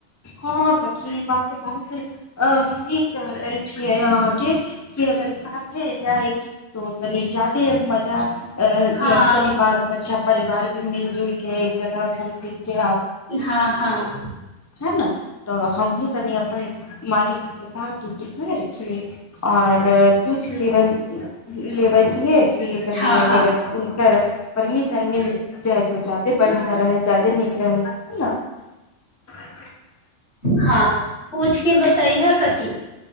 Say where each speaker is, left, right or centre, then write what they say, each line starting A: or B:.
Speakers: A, on the left (about 20°); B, on the left (about 60°).
A: हँ सखी बक बहुत आ से की एल छियै अहाँके के अगर साथ जाइ त तनी जादे मजा अ
B: हँ
A: लगी तनी बाल बच्च अच्छा परिवार भी मिलजुल के एक जगह घूम फिर के
B: हँ हँ
A: तब ने तऽ हमहुँ कनि अपन मालिक से बात उत कर रखिय आओर पूछ लेबन लेबै छियए चलू तनि
B: हँ
A: अगर
B: हँ
A: र परमिशन मिल जाय त जादे बढ़िया रह जादे नीक ने <inaudible>
B: हाँ पूछिके बतैह सखी